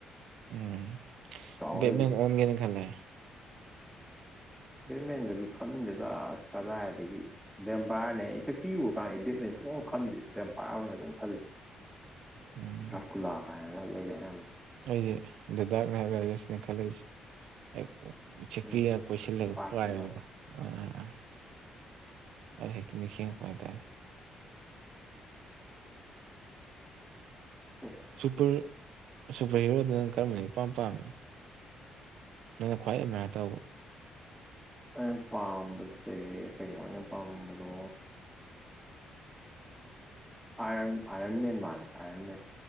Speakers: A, on the right; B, in the centre.
A: ꯎꯝ
B: ꯆꯥꯎꯋꯦ
A: ꯕꯦꯠꯃꯦꯟ
B: ꯑꯗꯨꯗꯤ
A: ꯑꯣꯟꯒꯦꯅ ꯈꯜꯂꯦ
B: ꯕꯦꯠꯃꯦꯟꯒꯗꯤ ꯈꯟꯗꯦꯗ ꯑꯁ ꯀꯗꯥꯏꯗꯒꯤ ꯕꯦꯝꯄꯥꯌꯔꯅꯦ ꯑꯩꯁꯦ ꯁꯦꯛꯄꯤ ꯎꯔꯛꯀꯥꯟꯗ ꯑꯩ ꯕꯦꯠꯃꯤꯟ ꯁꯨꯡꯈꯟ ꯈꯟꯗꯦ ꯕꯦꯝꯄꯥꯌꯔ ꯑꯣꯏꯅ ꯑꯗꯨꯝ ꯈꯜꯂꯦ
A: ꯎꯝ
B: ꯗꯥꯔꯀꯨꯂꯥ ꯀꯥꯏꯅ ꯂꯩꯗꯥꯏꯅꯦ ꯌꯥꯝꯅ
A: ꯑꯩꯗꯤ ꯂꯗꯥꯛꯅꯦ ꯍꯥꯏꯕ ꯍꯥꯏꯔꯁꯤꯅꯦ ꯈꯜꯂꯛꯏꯁꯦ ꯁꯦꯛꯄꯤꯒ
B: ꯎꯝ
A: ꯀꯣꯏꯁꯤꯜꯂꯒ
B: ꯕꯥꯏꯛꯇꯨꯒ
A: ꯄꯥꯏꯕꯩ ꯃꯥꯑꯣꯗꯣ ꯑꯗꯨꯃꯥꯏꯅ ꯑꯗꯨ ꯍꯦꯛꯇ ꯅꯤꯡꯁꯤꯡ ꯉꯥꯛꯄ ꯍꯥꯏꯇꯔꯦ
B: <unintelligible>
A: ꯁꯨꯄꯔ ꯁꯨꯄꯔ ꯍꯤꯔꯣꯗ ꯅꯪ ꯀꯔꯝꯕꯅ ꯏꯄꯥꯝ ꯄꯥꯝꯃꯤ ꯅꯪꯅ ꯈ꯭ꯋꯥꯏ ꯑꯦꯃꯤꯌꯔ ꯇꯧꯕ
B: ꯑꯩꯅ ꯄꯥꯝꯕꯁꯦ ꯀꯩꯅꯣ ꯑꯩꯅ ꯄꯥꯝꯕꯗꯣ ꯑꯥꯏꯔꯟ ꯑꯥꯏꯔꯟꯃꯦꯟ ꯃꯥꯟꯂꯦ ꯑꯥꯏꯔꯟꯃꯦꯟ